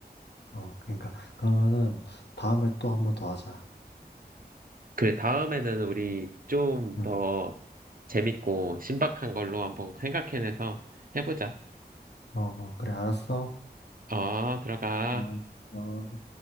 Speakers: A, on the left; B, on the right.
A: 어, 그러니까, 그러면은 다음에 또 한번 더 하자.
B: 그래, 다음에는 우리 좀
A: 응,
B: 더 재밌고 신박한 걸로 한번 생각해내서 해보자.
A: 어, 어, 그래, 알았어.
B: 어, 들어가.
A: 어, 어.